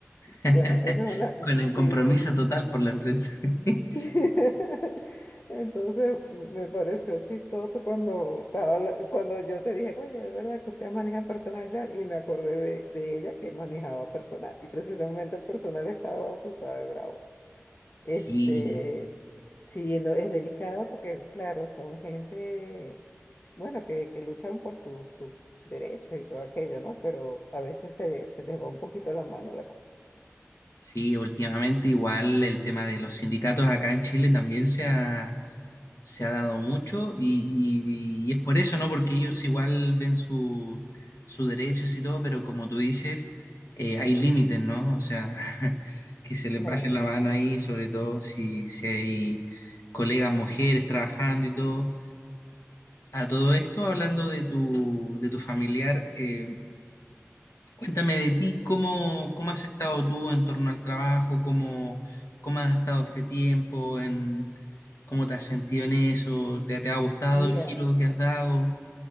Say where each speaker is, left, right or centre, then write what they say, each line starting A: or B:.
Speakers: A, on the left (about 70°); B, on the left (about 45°).
A: <laughs>
B: Bueno, esa es una, <laughs>
A: Con el compromiso
B: sí, es...
A: total por la empresa. <laughs>
B: <laughs> Entonces me pareció chistoso cuando estaba, habla- cuando yo te dije, oye, de verdad que usted maneja personalidad y me acordé de, de ella que manejaba personal y precisamente el personal estaba, tú sabes, bravo. Este,
A: Sí,
B: sí, no, es delicado porque, claro, son gente, bueno, que, que luchan por su- sus derechos y todo aquello, ¿no? Pero a veces se, se les va un poquito la mano la cosa.
A: sí, últimamente igual el tema de los sindicatos acá en Chile también se ha, se ha dado mucho y, y- y es por eso, ¿no? Porque ellos igual ven sus sus derechos y todo, pero como tú dices, eh, hay límites, ¿no? O sea, <laughs> que se les
B: Claro.
A: pase la mano ahí, sobre todo si, si hay colegas mujeres trabajando y todo. A todo esto, hablando de tu, de tu familiar, eh, Cuéntame de ti, ¿cómo, cómo has estado tú en torno al trabajo? ¿Cómo, cómo has estado este tiempo? En, ¿cómo te has sentido en eso? ¿Te, te ha gustado
B: Mira,
A: el giro que has dado?